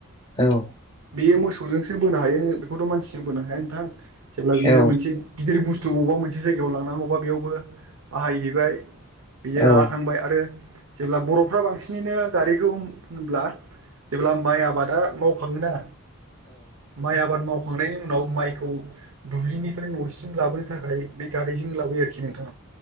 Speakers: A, on the left; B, on the right.
A: औ।
B: बेयो मोसौजोंसो बोनो हायो बेखौथ' मानसिजों बोनो हाया नोंथां। जेब्ला बिदिनो
A: औ
B: मोनसे गिदिर बुस थु बवबा मोनसे जायगायाव लांनांगौबा बेयावबो बाहायहैबाय। बियो लाना
A: औ
B: थांबाय आरो जेब्ला बर'फ्रा बांसिनैनो गारिखौ होनब्ला जेब्ला माइ आबादा मावखाङोना माइ आबाद मावखांनायनि उनाव माइखौ दुब्लिनिफ्राय न'सिम लाबोनो थाखाय बे गारिजोंनो लाबोयो आरोखि नोंथा।